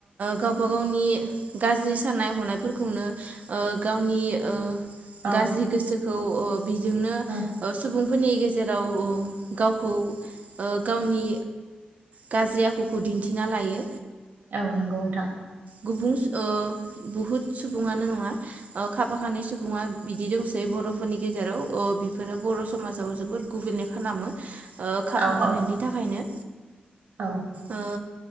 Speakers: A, on the right; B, on the right.
A: गावबा गावनि गाज्रि साननाय हनायफोरखौनो ओ गावनि ओ
B: औ
A: गाज्रि गोसो खौ ओ बिजोंनो
B: औ
A: ओ सुबुं फोरनि गेजेराव गावखौ ओ गावनि गाज्रि आखुखौ दिन्थिना लायो।
B: औ नंगौ नोंथां।
A: गुबुनओ बहुत स सुबुङानो नङा ओ खाफा खानै सुबुङा बिदि दंसै बर'फोरनि गेजेराव ओ बिफोरो बर' समाजाव जोबोर गुबुंले खालामो। ओ खाफा
B: औ
A: खानैनि
B: औ
A: थाखायनो।
B: औ
A: ओ